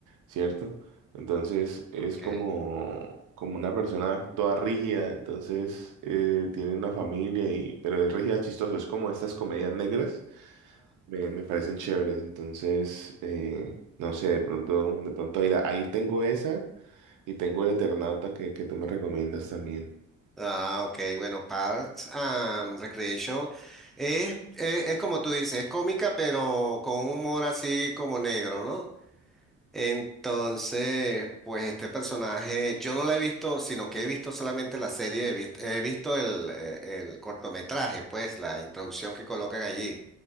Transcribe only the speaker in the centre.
ok.
Ah, ok, bueno, Parks and Recreation es, es, es como tú dices, es cómica, pero con un humor así como negro, ¿no? Entonces, pues este personaje, yo no lo he visto, sino que he visto solamente la serie, he visto, he visto el, eh, el cortometraje, pues la introducción que colocan allí.